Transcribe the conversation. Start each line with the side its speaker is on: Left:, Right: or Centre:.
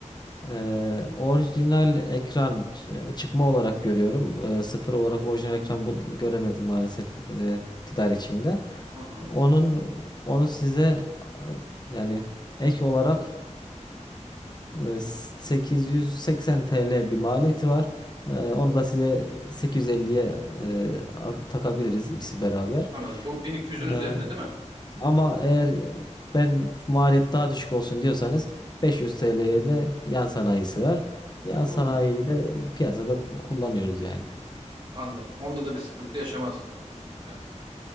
Left: Ee, orijinal ekran ç- e, çıkma olarak görüyorum. Ee, sıfır olarak orijinal ekran bu, göremedim maalesef e, tedarikçimde.
Right: Hı hı.
Left: Onun onu size e, yani ek olarak e, 880 TL bir maliyeti var. Ee, onu da size 850'ye e, a- takabiliriz ikisi beraber.
Right: Anladım. Bu 1200'ün üzerine
Left: Ee,
Right: değil mi?
Left: ama eğer e, ben maliyet daha düşük olsun diyorsanız 500 TL'ye de yan sanayisi var. Yan
Right: Hı.
Left: sanayiyi de piyasada kullanıyoruz yani.
Right: Anladım. Onda da bir sıkıntı yaşamazsınız diyorsunuz yani.